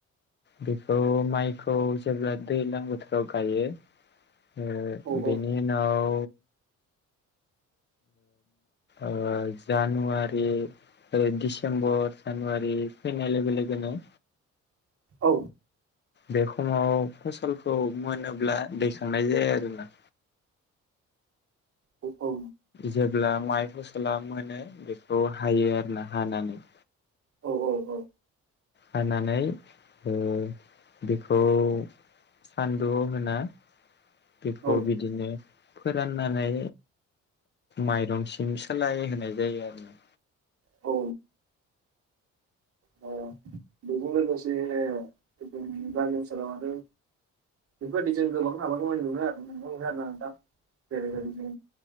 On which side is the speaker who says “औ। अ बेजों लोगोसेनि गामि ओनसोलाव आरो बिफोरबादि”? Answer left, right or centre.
Right